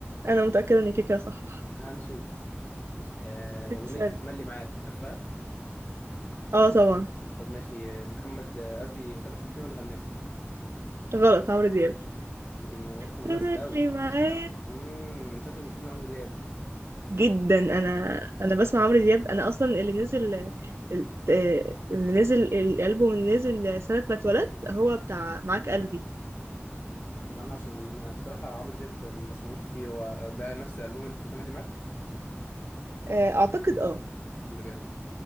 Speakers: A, on the right (about 65°); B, on the left (about 40°).
A: انا متأكدة انك كده صح
B: هنشوف آه، اغنيه
A: اسألني
B: ملي معاك عارفها
A: اه طبعا
B: طب ماشي آه، محمد آه، قصدي تامر حسني هو اللي غناها
A: غلط عمرو دياب
B: انت واثقه من
A: تملي
B: نفسك قوي
A: معاه
B: امم شكلك بتحب عمرو دياب
A: جدا انا انا بسمع عمرو دياب انا اصلا اللي نزل ال- آه، اللي نزل الالبوم اللي نزل سنة ما اتولدت هو بتاع معاك قلبي
B: طب انا عشان بصراحه عمرو دياب ما بسمعوش كتير هو ده نفس الالبوم اللي فيه تملي معاك
A: آه، اعتقد اه
B: بجد